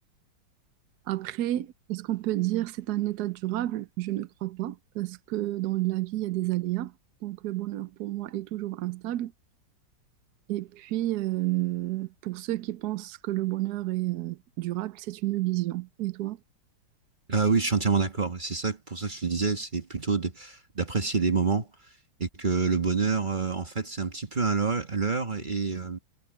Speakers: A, on the right; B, on the right.
A: Après, est-ce qu'on peut dire c'est un état durable? Je ne crois pas, parce que dans la vie, il y a des aléas. Donc, le bonheur, pour moi, est toujours instable. Et puis, euh, pour ceux qui pensent que le bonheur est euh, durable, c'est une illusion. Et toi?
B: Ah oui, je suis entièrement d'accord. Et C'est ça, pour ça que je te disais, c'est plutôt de- d'apprécier les moments et que le bonheur, euh, en fait, c'est un petit peu un leurre leurre et, euh,